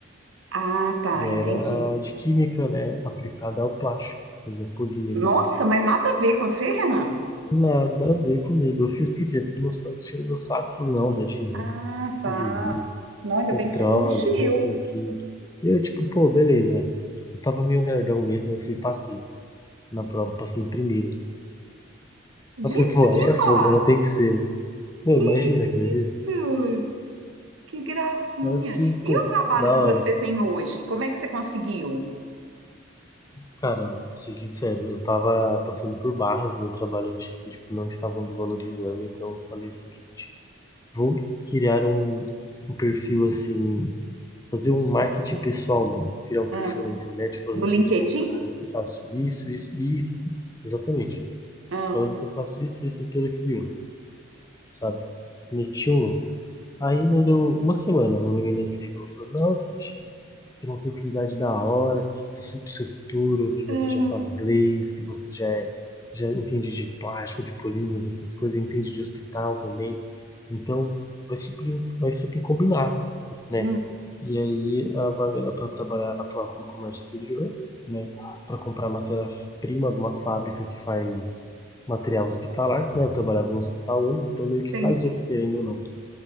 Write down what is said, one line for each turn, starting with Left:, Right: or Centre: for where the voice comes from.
Right: Ah, tá,
Left: E
Right: entendi.
Left: era a de química, né? Aplicada ao plástico, fazer polímeros.
Right: Nossa, mas nada a ver com você, Renan.
Left: Nada a ver comigo. Eu fiz por quê? Porque meus pais tinham no saco e falaram, não, dá dinheiro,
Right: Ah,
Left: você tem que
Right: tá.
Left: fazer isso,
Right: Não, ainda
Left: petróleo,
Right: bem que você desistiu.
Left: que não sei o quê. E eu, tipo, pô, beleza. Eu tava meio nerdão mesmo, eu fui e passei na prova, passei em primeiro.
Right: De
Left: Eu falei, pô,
Right: prima?
Left: aí é fogo, né? Tem que ser, né? Meu,
Right: Que
Left: imagina que doideira.
Right: isso? Que gracinha.
Left: Aí eu fiquei,
Right: E
Left: pô,
Right: o trabalho
Left: da
Right: que
Left: hora.
Right: você tem hoje? Como é que você conseguiu?
Left: Cara, vou ser sincero, eu tava passando por barras no trabalho antigo, tipo, não estavam me valorizando, então eu falei o seguinte. Vou criar um, um perfil assim, fazer um marketing pessoal meu. Criar um
Right: Ah.
Left: perfil na internet falando
Right: No LinkedIn?
Left: que eu sou o cara que eu faço isso, isso e isso. Exatamente.
Right: Ah,
Left: Falando que eu faço isso, isso, aquilo, aquilo, e outro, sabe? Meti um louco. Aí não deu uma semana, uma menina me ligou e falou, não, que a gente ter uma oportunidade da hora para o seu futuro, que você
Right: ah,
Left: já fala inglês, que você já, é- já entende de plástico, de polímeros, essas coisas, entende de hospital também. Então, vai super, vai super combinar, né?
Right: hum,
Left: E aí, a vaga é para trabalhar, atuar como comércio exterior, né? Para comprar matéria-prima de uma fábrica que faz material hospitalar, né? Eu trabalhava no hospital antes, então meio que
Right: entendi.
Left: casou, querendo ou não.